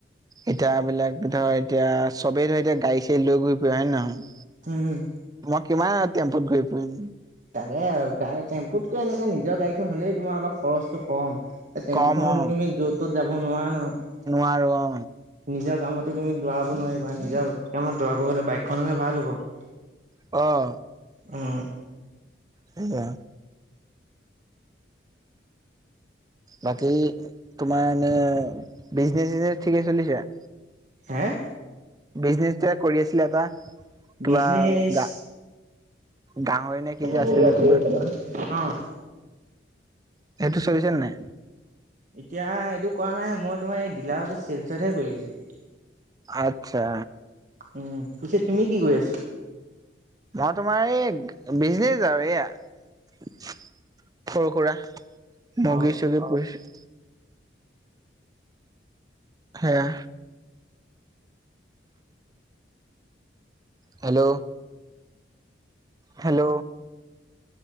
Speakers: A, on the right; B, on the right.
A: এতি বিলাক ধৰ এতিয়া চবেই ধৰ এতিয়া গাড়ী চাড়ী লৈ ঘূৰি ফুৰে হয় নে নহয়?
B: হুম'।
A: মই কিমান টেম্পুত ঘুৰি ফুৰিম?
B: তাকে আৰু গাড়ী টেম্পুতকৈ এনেকে নিজৰ গাড়ীখন হ'লেই তোমাৰ অলপ খৰচটো ক'ম। এ টেম্পু
A: কম
B: খনতো
A: অ
B: তুমি য'ত ত'ত যাব নোৱাৰা নহয়।
A: নোৱাৰো অ
B: নিজৰ কামতো তুমি দৌৰাব নোৱাৰিবা, নিজৰ কামত দৌৰাব হ'লে বাইকখনে ভাল হ'ব।
A: অঁ।
B: উম।
A: সেইয়া বাকী তোমাৰ এনে বিজনেচ চিজনেচ ঠিকে চলিছে!
B: হে'।
A: বিজনেচটোৱে কৰি আছিলে এটা? কিবা
B: বিজনেছ?
A: গা গাহৰি নে কি যে
B: ভ
A: আছিলে
B: আছিল
A: তোমাৰ
B: ত অ <unintelligible>
A: সেইটো চলিছে নে নাই?
B: এতিয়া এইটো কৰা নাই মই তোমাৰ এই ডিলাৰত চেলচতহে কৰি আছিলো।
A: আচ্ছা।
B: উম, পিছে তুমি কি কৰি আছা?
A: মই তোমাৰ এই বিজনেজ আৰু এয়া। সৰু সুৰা মুৰ্গী
B: অ
A: চুগী পুহিছো। সেয়া। হেল্ল'? হেল্ল'?